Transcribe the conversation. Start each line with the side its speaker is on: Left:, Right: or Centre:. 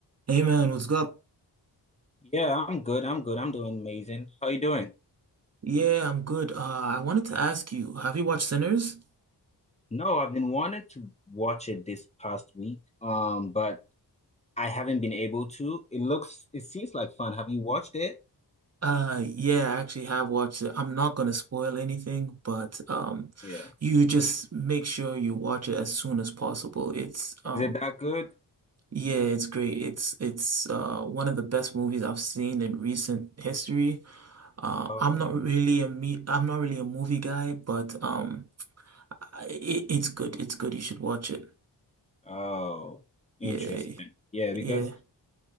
Right: Hey man, what's up?
Left: Yeah, I'm good. I'm good. I'm doing amazing. How you doing?
Right: Yeah, I'm good. Uh, I wanted to ask you, have you watched Sinners?
Left: No, I've been wanting to watch it this past week, um, but I haven't been able to. It looks, it seems like fun. Have you watched it?
Right: Uh, yeah, I actually have watched it. I'm not gonna spoil anything, but um,
Left: Yeah.
Right: you just make sure you watch it as soon as possible. It's um,
Left: Is it that good?
Right: yeah, it's great. It's it's uh one of the best movies I've seen in recent history. Uh,
Left: Oh,
Right: I'm not really a me I'm not really a movie guy, but um, I- it, it's good. It's good. You should watch it.
Left: oh,
Right: Yeah,
Left: interesting. Yeah,
Right: yeah.
Left: because